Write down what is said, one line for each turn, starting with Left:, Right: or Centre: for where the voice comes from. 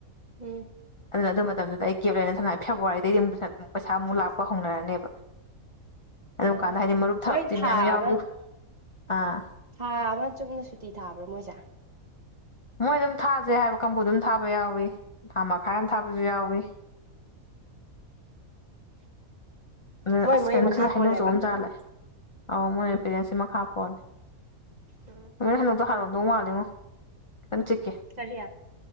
Right: ꯎꯝ
Left: ꯑꯗꯨꯅ ꯑꯗꯨ ꯃꯇꯝꯗꯨꯗ ꯑꯩ ꯒꯦꯞ ꯂꯅ ꯁꯝꯅ ꯐꯦꯕꯋꯥꯔꯤꯗꯩꯗꯤ ꯑꯃꯨ ꯄꯩꯁꯥ ꯑꯃꯨꯛ ꯂꯥꯛꯄ ꯍꯧꯅꯔꯅꯤꯕ ꯑꯗꯨꯝ
Right: ꯑꯣ
Left: ꯀꯥꯟꯗ ꯍꯥꯏꯗꯤ ꯃꯔꯨꯞ ꯊꯥꯔꯨꯞꯇꯤ
Right: ꯃꯣꯏ ꯊꯥ
Left: ꯃꯌꯥꯝ ꯌꯥꯎꯔꯤ
Right: ꯑꯃ
Left: ꯑꯥ
Right: ꯊꯥ ꯑꯃ ꯆꯨꯞꯅ ꯁꯨꯇꯤ ꯊꯥꯕ꯭ꯔꯥ ꯃꯣꯏꯖꯦ
Left: ꯃꯣꯏ ꯑꯗꯨꯝ ꯊꯥꯖꯦ ꯍꯥꯏꯕ ꯀꯥꯡꯕꯨ ꯑꯗꯨꯝ ꯊꯥꯕ ꯌꯥꯎꯏ ꯊꯥ ꯃꯈꯥꯏ ꯑꯃ ꯊꯥꯕꯖꯨ ꯌꯥꯎꯋꯤ ꯑꯗꯨꯅ
Right: ꯃꯣꯏ
Left: ꯑꯁ
Right: ꯃꯣꯏ
Left: ꯀꯩꯅꯣ
Right: ꯃꯈꯥ
Left: ꯁꯤꯗꯅ ꯍꯩꯅꯧ
Right: ꯄꯣꯜꯂꯦꯕ
Left: ꯑꯆꯧꯕ ꯑꯃ ꯆꯥꯔꯒ ꯂꯥꯚꯑꯦ ꯑꯧ ꯃꯣꯢ ꯄꯦꯔꯦꯟꯁꯀꯤ ꯃꯈꯥ ꯄꯣꯜꯂꯦ
Right: ꯎꯝ
Left: ꯅꯪ ꯍꯩꯅꯧꯗꯣ ꯍꯥꯎꯔꯝꯗꯧ ꯃꯥꯜꯂꯤꯉꯣ ꯈꯤꯇꯪ ꯆꯤꯛꯀꯦ
Right: ꯀꯔꯤ